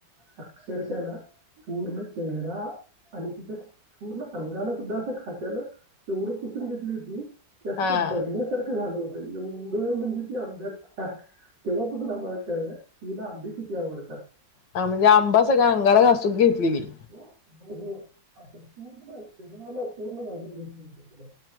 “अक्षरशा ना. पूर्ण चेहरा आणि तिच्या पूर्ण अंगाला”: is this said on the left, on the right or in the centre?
Right